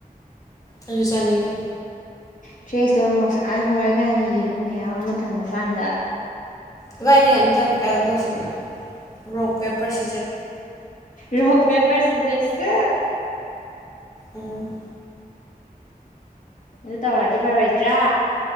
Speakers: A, on the left; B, on the left.
A: ꯑꯩꯖꯨ ꯆꯥꯅꯤꯡꯉꯤ
B: ꯊ꯭ꯔꯤ ꯑꯦꯁꯇꯨ ꯑꯃ ꯃꯣꯔꯣꯛ ꯁꯥꯅ ꯍꯧꯔꯒ ꯌꯦꯔꯨꯝ ꯃꯌꯥꯝ ꯑꯃ ꯊꯝꯃꯀꯥꯟꯗ
A: ꯏꯕꯥꯏꯅꯤ ꯑꯝꯇꯪ ꯀꯥꯏꯅꯣ ꯇꯧꯁꯤꯗꯅ ꯔꯣꯛ ꯄꯦꯄꯔ ꯁꯤ
B: ꯔꯣꯍ ꯄꯦ ꯄꯔꯁꯤꯖꯁꯨ
A: ꯎꯝ
B: ꯑꯗꯨ ꯇꯧꯔꯗꯤ ꯐꯔꯣꯏꯗ꯭ꯔꯥ